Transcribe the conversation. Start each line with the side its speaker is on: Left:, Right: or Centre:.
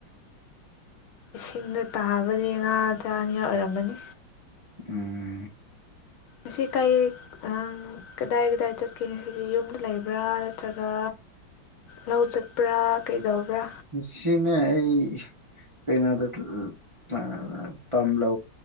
Left: ꯏꯁꯤꯡꯗ ꯇꯥꯕꯗꯤ ꯉꯥ ꯆꯥꯅꯤꯉꯥꯏ ꯑꯣꯏꯔꯝꯃꯅꯤ
Right: ꯎꯝ
Left: ꯑꯁꯤ ꯀꯩ ꯑꯥꯡ ꯀꯗꯥꯏ ꯀꯗꯥꯏ ꯆꯠꯀꯦ ꯉꯁꯤꯗꯤ ꯌꯨꯝꯗ ꯂꯩꯕ꯭ꯔꯥ ꯅꯠꯇ꯭ꯔꯒ ꯂꯧ ꯆꯠꯄ꯭ꯔꯥ ꯀꯩꯗꯧꯕ꯭ꯔꯥ
Right: ꯁꯤꯅꯦ ꯑꯩ ꯀꯩꯅꯣꯗ ꯑ ꯄꯝꯂ